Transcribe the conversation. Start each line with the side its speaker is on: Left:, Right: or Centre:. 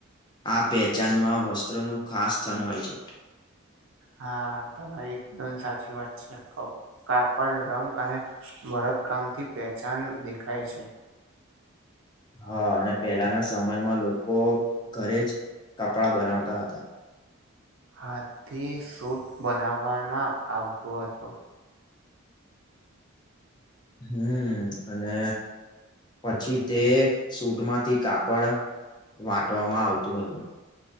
Left: આ પહેચાનમાં વસ્ત્રોનું ખાસ સ્થન હોય છે.
Right: હા, તમારી એકદમ સાચી વાત છે, ખો કાપડ, રંગ અને ભરતકામથી પેચાન દેખાય છે.
Left: હા, અને પહેલાના સમયમાં લોકો, ઘરેજ કપડા બનાવતા હતા.
Right: હાથથી સુઠ બનાવવામાં આવતું હતું.
Left: હમ્મ, અને પછી તે સૂટમાંથી કાપડ વાટવામાં આવતું હતું.